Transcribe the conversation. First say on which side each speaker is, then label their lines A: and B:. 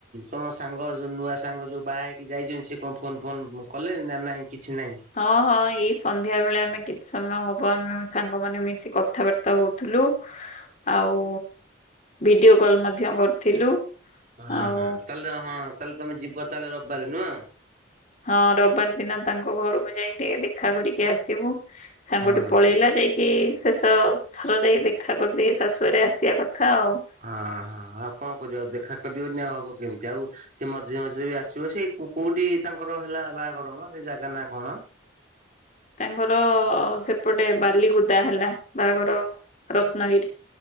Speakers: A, on the right; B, on the left.
A: ତମ ସାଙ୍ଗ ଯୋଉ ନୂଆ ସାଙ୍ଗ ଯୋଉ ବାହା ହେଇକି ଯାଇଛନ୍ତି ସେ କଣ ଫୋନ୍ ଫୋନ୍ କଲେଣି ନାଁ ନାଇଁ? କିଛି ନାହିଁ?
B: ହଁ ହଁ ଏଇ ସନ୍ଧ୍ୟା ବେଳେ ଆମେ କିଛି ସମୟ ହବ ଆମେ ସାଙ୍ଗମାନେ ମିଶି କଥାବା ର୍ତ୍ତା ହଉଥିଲୁ ଆଉ ଭିଡିଓ କଲ୍ ମଧ୍ୟ କରିଥିଲୁ।
A: ହଁ
B: ଆଉ
A: ହଁ ତାହାଲେ ହଁ ତାହେଲେ ତମେ ଯିବ ତାହେଲେ ରବିବାର ନୁହଁ?
B: ହଁ ରବିବାର ଦିନ ତାଙ୍କ ଘରକୁ ଯାଇକି ଦେଖା କରିକି ଆସିବୁ ସାଙ୍ଗଟେ
A: ହଁ ହଁ
B: ପଳେଇଲା ଯେ କି ଶେଷ ଥର ଯାଇକି ଦେଖା କରିଦେଇ ଶାଶୁ ଘରେ ଆସିବା କଥା ଆଉ।
A: ହଁ ହଁ ଆଉ କଣ କରିବା ଆଉ ଦେଖା କରିବାନି ଆଉ ହବ କେମିତି ଆଉ ସେ ମଝିରେ ମଝିରେ ବି ଆସିବେ ସେଇ କୋ କୋଉଠି ତାଙ୍କର ହେଲା ବାହାଘର ମ ସେ ଜାଗା ନା କଣ?
B: ତାଙ୍କର ସେପଟେ ବାଲିକୁଦା ହେଲା ବାହାଘର ରତ୍ନାଗିରି।